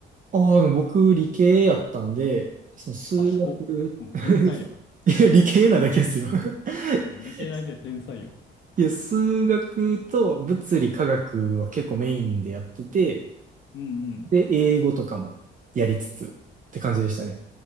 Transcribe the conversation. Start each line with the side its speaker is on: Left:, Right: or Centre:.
Right: ああ、でも僕、理系やったんで、その数学、
Left: 賢っ。もう天才や。
Right: <laughs> いや、理系なだけですよ。<laughs>
Left: もう理系なくて天才よ。
Right: いや、数学と物理科学は結構メインでやってて、
Left: うん
Right: で、英語とかもやりつつって感じでしたね。